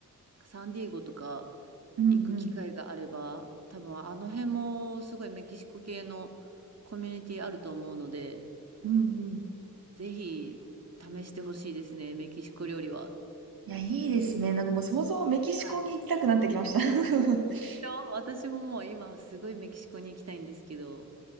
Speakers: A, on the right (about 45°); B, on the right (about 80°).
A: サンディエゴとか
B: うんうん。
A: 行く機会があれば、多分あの辺もすごいメキシコ系のコミュニティあると思うので、
B: うんうん。
A: ぜひ試してほしいですね、メキシコ料理は。
B: いや、いいですね。なんかもう想像メキシコに行きたくなってきました。
A: はい。<laughs>
B: <laughs>
A: そう私ももう今すごいメキシコに行きたいんですけど、